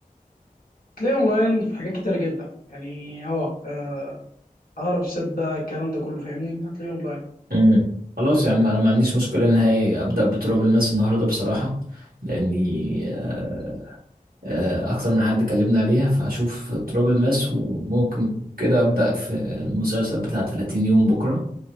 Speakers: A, on the left; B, on the right.
A: تلاقيه اونلاين في حاجات كتيره جدا يعني اه آه، اقرب سيت بقى الكلام ده كله فاهمني هتلاقيه اونلاين
B: امم خلاص يا عم انا ما عنديش مشكله نهائي ابدا بتراب الماس النهارده بصراحه لاني آه، آه، اكتر من حد كلمنا عليها فهشوف تراب الماس وممكن كده ابدا في المسلسل بتاع 30 يوم بكره